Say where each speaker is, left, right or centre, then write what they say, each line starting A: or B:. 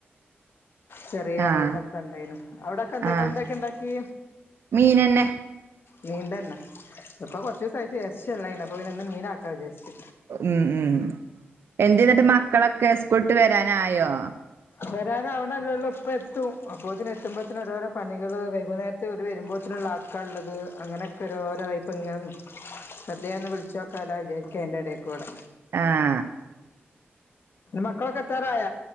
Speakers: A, on the left (about 65°); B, on the right (about 70°).
A: ചെറിയ
B: ആഹ്
A: അയലൊക്കെ ഉണ്ടായലും അവിടെൊക്കെ എന്തെങ്ക
B: ആഹ്
A: എന്തൊക്കെ ഉണ്ടാക്കി
B: മീനന്നെ
A: നീണ്ടന്നെ ഇപ്പൊ കൊറച്ച ദിവസ ആയിട്ട് ഇറച്ചിയല്ല ഇപ്പ ഇ ഒന്ന് മീന ആക്കാ ജസ്റ്റ്
B: ഉം ഉം എന്തെ ന്നട്ട് മക്കളൊക്കെ സ്കൂളട്ട് വരാനായോ
A: വരാനവണല്ലേള്ളൂ ഇപ്പ എത്തും അപ്പൊ ഇതിനെ എത്ത്പോത്തന്ന ഓരോരോ പണികള് വൈകുന്നേര ഒരു വരുമ്പോത്തിനുള്ള ആക്കാ ഉള്ളത് അങ്ങനെയൊക്കെരോരോപ്പ ഇ ശ്രദ്ന്ന് വിളിച്ച കല വിചാരിക്ക ഐന്റെയിടെകൂടെ
B: ആഹ്
A: മക്കളൊക്കെ എത്താറായ